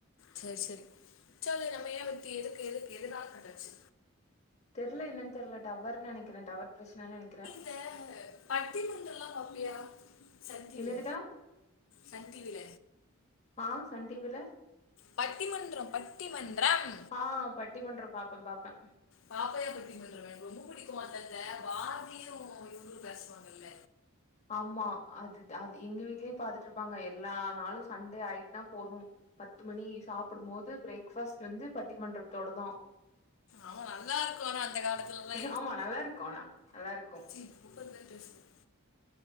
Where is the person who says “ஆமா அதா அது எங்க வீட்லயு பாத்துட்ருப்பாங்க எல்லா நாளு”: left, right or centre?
Left